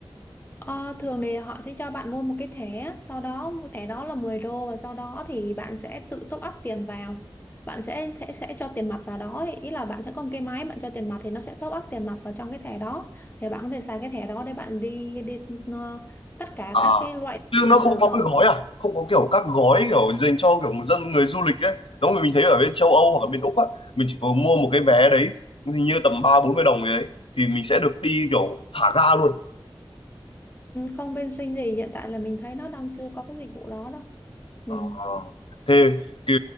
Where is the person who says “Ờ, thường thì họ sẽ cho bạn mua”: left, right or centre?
Left